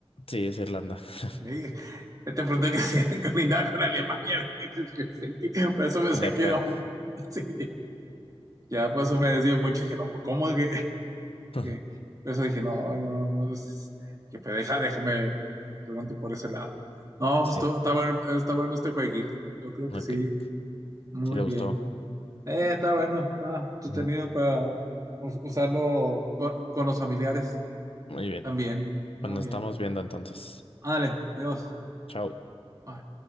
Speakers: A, on the left; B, on the right.
A: sí, es Irlanda.
B: Ok. <laughs>
A: <laughs>
B: Te pregunté que si <laughs> colindaba con Alemania, <laughs> dices que sí, por eso me
A: Depende.
B: saqué de onda. <laughs> Sí, ya por eso me decía mucho, dije, no, ¿cómo es que? <laughs>
A: <laughs>
B: que- Por eso dije, no, no, no, es- que pues, deja, déjame, pregunto por ese lado. No,
A: Sí,
B: pues tú- está bueno, está bueno este jueguito, yo creo
A: ok.
B: que sí, muy
A: Sí le gustó.
B: bien. Eh, está bueno, está entretenido
A: Mm,
B: para u- usarlo con, con los familiares
A: Muy bien.
B: también. Muy
A: Pues nos estamos
B: bien.
A: viendo entonces.
B: Ándale, adiós.
A: Chao.
B: Bye.